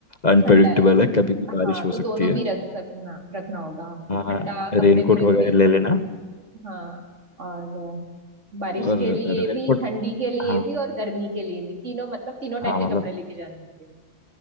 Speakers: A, on the left; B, on the right.
A: अनप्रडिक्टेबल
B: ठंडा है
A: है कभी भी
B: हाँ
A: बारिश हो
B: तो
A: सकती
B: दोनों
A: है
B: भी रख सकना रखना होगा हमको
A: हाँ
B: ठंडा कपड़े
A: रेनकोट
B: भी रखने
A: वगैरह
B: होंगे
A: ले लेना
B: हाँ और बारिश
A: और
B: के लिए
A: रेनकोट
B: भी ठंडी के लिए
A: हाँ
B: भी और गर्मी के लिए भी तीनों मतलब तीनों टाइप
A: हाँ
B: के
A: मतलब
B: कपड़े लेके जाने होंगे